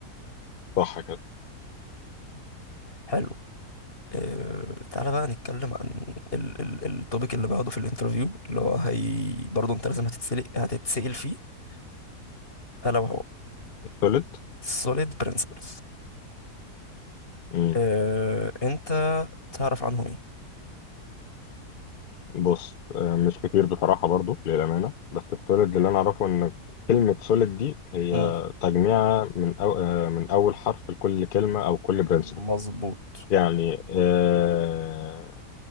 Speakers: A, on the left; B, on the left.
A: صح كده
B: حلو أه تعالى بقى نتكلم عن ال ال التوبيك اللي باخده في الانترفيو اللي هو هي برضه انت لازم هتتسلق هتتسأل فيه الا وهو
A: السوليد
B: السوليد برنسبلز
A: امم
B: أه انت تعرف عنهم
A: بص آه، مش كتير بصراحة برضو للأمانة بس السوليد اللي أنا أعرفه إن كلمة سوليد دي هي
B: ايه
A: تجميعة من أو آه، من أول حرف لكل كلمة أو كل برنسبل
B: مظبوط
A: يعني آه،